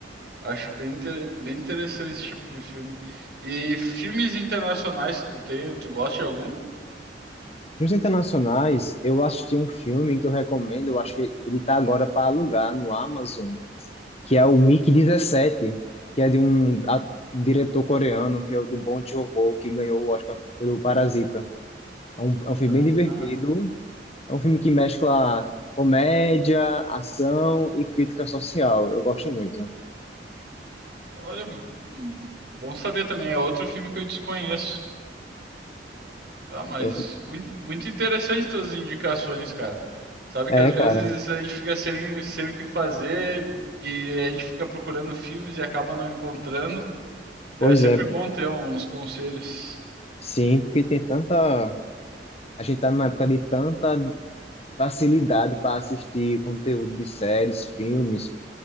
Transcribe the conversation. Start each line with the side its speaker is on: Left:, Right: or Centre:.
Right: Acho bem, inter- bem interessante esse tipo de filme. E filmes internacionais, tu tem, tu gosta de algum?
Left: Filmes internacionais, eu assisti um filme que eu recomendo, eu acho que ele está agora para alugar no Amazon. que é o mig dezessete, que é de um a- diretor coreano, que é o do Bong Joon-ho, que ganhou o Oscar pelo Parasita. É um, é um filme
Right: Ah,
Left: bem divertido, é um filme que mescla comédia, ação e crítica social. Eu gosto muito.
Right: olha, hum, bom saber também. É outro filme que eu desconheço. Ah, mas
Left: Eu t-
Right: muito, muito interessante suas indicações, cara. Sabe
Left: é,
Right: que às vezes
Left: cara,
Right: a gente fica sem, sem o que fazer e a gente fica procurando filmes e acaba não encontrando. É
Left: pois
Right: sempre
Left: é, p-
Right: bom ter uns conselhos.
Left: sim, porque tem tanta. A gente tá numa época de tanta facilidade para assistir conteúdo de séries, filmes.